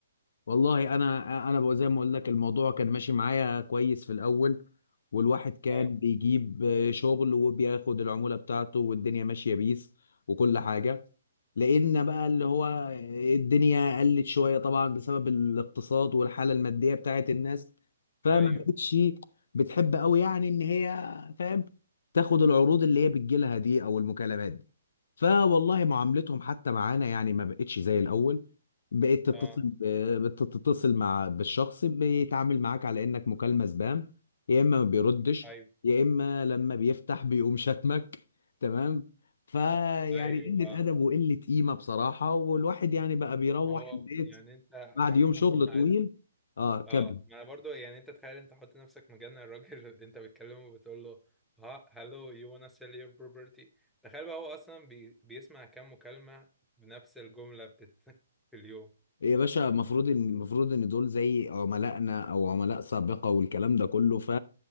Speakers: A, on the left; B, in the centre.
A: والله انا انا بقى زي ما اقول لك الموضوع كان ماشي معايا كويس في الاول والواحد كان
B: اه
A: بيجيب شغل وبياخد العمولة بتاعته والدنيا ماشية بيس وكل حاجة لقينا بقى اللي هو الدنيا قلت شوية طبعا بسبب الاقتصاد والحالة المادية بتاعت الناس فما
B: ايوه
A: بقتش بتحب قوي يعني ان هي فاهم تاخد العروض اللي هي بتجيلها دي او المكالمات دي فوالله معاملتهم حتى معانا يعني ما بقتش زي الاول بقيت تتصل
B: اه
A: ب- بتتصل مع بالشخص بيتعامل معاك على انك مكالمة سبام يا اما ما بيردش
B: ايوه
A: يا اما لما بيفتح بيقوم شتمك تمام فيعني
B: ايوه
A: قلة
B: اه
A: ادب وقلة قيمة بصراحة والواحد يعني بقى بيروح
B: ما هو
A: البيت
B: يعني انت <laughs>
A: بعد يوم شغل
B: مش عايز
A: طويل اه كمل
B: اه ما انا برضو يعني انت تخيل انت حط نفسك مكان الراجل اللي انت بتكلمه وبتقول له ها هلو يو wanna sell your property تخيل بقى هو اصلا بي... بيسمع كام مكالمه بنفس الجمله بتت... <laughs> في اليوم
A: إيه يا باشا المفروض ان المفروض ان دول زي عملائنا او عملاء سابقه والكلام ده كله ف